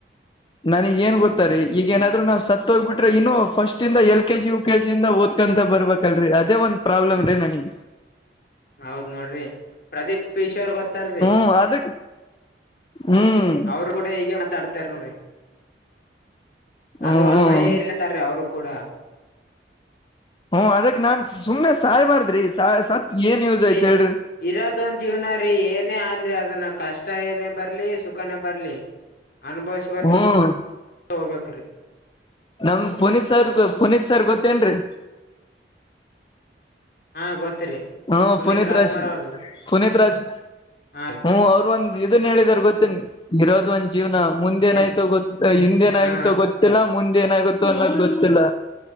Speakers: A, on the left; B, on the left.
A: ನನಗ್ ಏನ್ ಗೊತ್ತಾರೆ ಈಗ ಏನಾದ್ರು ನಾವ್ ಸತ್ ಹೋಗ್ಬಿಟ್ರೆ ಇನ್ನು ಫಸ್ಟ್ ಇಂದ ಎಲ್ ಕೆ ಜಿ.. ಕೆಜಿಯಿಂದ ಓದ್ಕೊಂತ ಬರ್ಬೇಕಲ್ರರಿ ಅದೇ ಒಂದ್ ಪ್ರಾಬ್ಲಮ್ ರೀ ನನಗೆ.
B: ಹೌದ್ ನೋಡ್ರಿ ಪ್ರದೀಪ್ ಪಶೋರ್ ಗೊತ್ತಲ್ರಿ.
A: ಹ್ಮ ಅದ. ಹ್ಮ್.
B: ಅವರು ಕೂಡ ಹೀಗೆ ಮಾತಾಡ್ತಾರ ನೋರಿ
A: ಹ್ಮ್
B: ಅದು ಒಂದು.
A: ಹ್ಮ್
B: ಭಯ ಇರ್ಲತ್ತಾರೀ ಅವರು ಕೂಡ.
A: ಹ್ಮ ಅದಕ್ ನಾನ್ ಸುಮ್ನೆ ಸಾಯ್ ಮಾಡಾರ್ದ್ರಿ ಸಾಯ ಸತ್. ಏನ್ ಯೂಸ್ ಐತ್
B: ಏ
A: ಹೇಳ್ರಿ
B: ಇರೋದ ಒಂದ ಜೀವ್ನ ರೀ ಏನೇ ಅಲ್ರಿ ಅದನ್ನ ಕಷ್ಟ ಏನೇ ಬರ್ಲಿ.. ಸುಖಾನೇ ಬರ್ಲಿ ಅನುಭವ ಸು
A: ಹ್ಮ್
B: ಹೋಗಬೇಕ್ರೀ.
A: ನಮ್ ಪುನೀತ್ ಸರ್ ಪುನೀತ್ ಸರ್ ಗೊತ್ತೇನ್ರರಿ.
B: ಹಾ ಗೊತ್ತರಿ.
A: ಹ್ಮ ಪುನೀತ್
B: ರಾಜ್ಕುಮಾರ್
A: ರಾಜ್
B: ಅವ್ರಲ್ರಿ
A: ಪುನೀತ್ ರಾಜ್
B: ಹಾ ರೀ
A: ಹ್ಮ್ ಅವರು ಒಂದು. ಇದನ್ ಹೇಳಿದರೆ ಗೊತ್ತ ಇರೋದು ಒಂದ್ ಜೀವನ ಮುಂದೇನಾಯ್ತೋ
B: ಏನ್
A: ಗೊತ್ತ ಹಿಂದೇನ
B: ಹಾ
A: ಆತೋ ಗೊತ್ತ.. ಗೊತ್ತಿಲ್ಲ ಮುಂದ ಏನಾಗುತ್ತೋ ಅನ್ನೋದು್ ಗೊತ್ತಿಲ್ಲ.